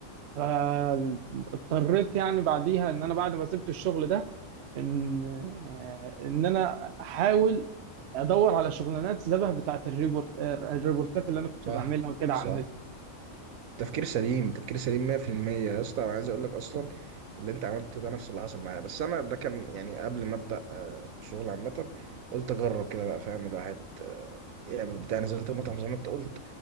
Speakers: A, on the right; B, on the right.
A: فاضطريت يعني بعديها ان انا بعد ما سبت الشغل ده ان آه، ان انا احاول ادور على شغلانات شبه بتاعت الريبورت الريبورتات اللي انا كنت
B: صح
A: بعملها وكده
B: صح
A: على النت
B: تفكير سليم تفكير سليم 100% يا اسطى انا عايز اقول لك اصلا اللي انت عملته ده نفس اللي حصل معايا بس انا ده كان يعني قبل ما ابدا آه، شغل عامه قلت اجرب كده بقى فاهم الواحد آه، يعمل بتاع نزلت المطعم زي ما انت قلت